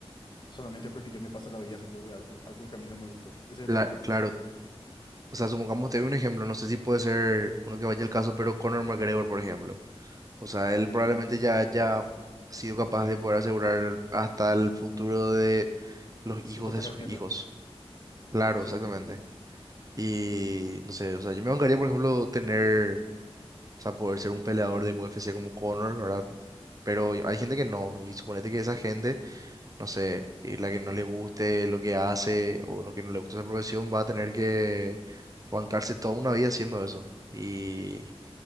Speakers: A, on the left (about 45°); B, on the right (about 35°).
A: solamente porque yo me paso la vida haciendo algo, algo que a mí no me gustó. Eso es
B: La-
A: lo que yo pienso.
B: claro, o sea, supongamos te doy un ejemplo, no sé si puede ser uno que vaya el caso, pero Conor McGregor, por ejemplo. O sea, él probablemente ya haya sido capaz de poder asegurar hasta el futuro de los
A: Su
B: hijos
A: tataranieto,
B: de sus hijos. Claro,
A: sí.
B: exactamente. Y no sé, o sea, yo me bancaría, por ejemplo, tener, o sea, poder ser un peleador de UFC como Conor, ¿verdad? Pero hay gente que no, y suponete que esa gente, no sé, que la que no le guste lo que hace o lo que no le gusta esa profesión, va a tener que bancarse toda una vida haciendo eso. Y